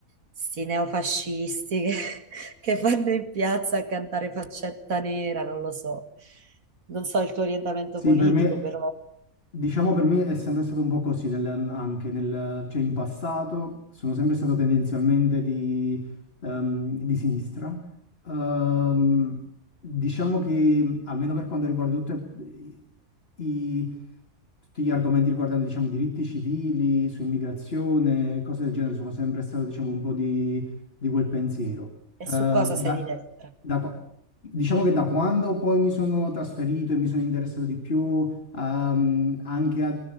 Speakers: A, on the right; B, on the left.
A: sti neofascisti che, <laughs> che vanno in piazza a cantare Faccetta Nera, non lo so. Non so il tuo orientamento
B: Sì,
A: politico,
B: per me...
A: però
B: Diciamo per me è sempre stato un po' così, nel- anche nel, cioè in passato sono sempre stato tendenzialmente di, ehm, di sinistra. Ehm, diciamo che almeno per quanto riguarda tutte- i- tutti gli argomenti riguardanti diciamo, i diritti civili, su immigrazione, cose del genere, sono sempre stato diciamo, un po' di, di quel pensiero. Eh,
A: e su
B: da-
A: cosa sei di destra,
B: da qua- diciamo che da quando poi mi sono trasferito e mi sono interessato di più ehm, anche a